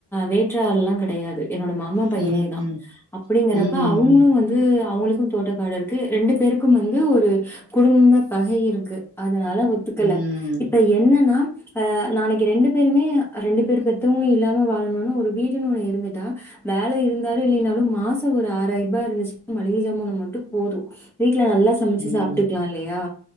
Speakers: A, in the centre; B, on the right (about 35°).
A: வேற்று <unintelligible> ஆல்லாம் கெடையாது என்னோட மாமா பையனேதா
B: ம்
A: அப்படிங்கறப்ப
B: ம்
A: அவங்களு வந்து <unintelligible> அவங்களுக்கு தோட்ட காடு இருக்கு ரெண்டு பேருக்கும் வந்து ஒரு குடும்ப பகை இருக்கு அத் துனால ஒத்துக்கல
B: ம்
A: இப்ப என்னனா அ நாளைக்கு ரெண்டு பேருமே ரெண்டு பேர் பெத்தவங்க இல்லாம வாழணுனா ஒரு வீடுனு ஒண்ணு இருந்துட்டா வேல இருந்தாலும் இல்லினாலு மாசோ ஒரு ஆறாயிரரூபா இருந்துச்சுன்னா மளிகை சாமன மட்டு போது வீ வீட்ல நல்லா சமைச்சு
B: ம்
A: சாப்பிட்டுக்லா இல்லையா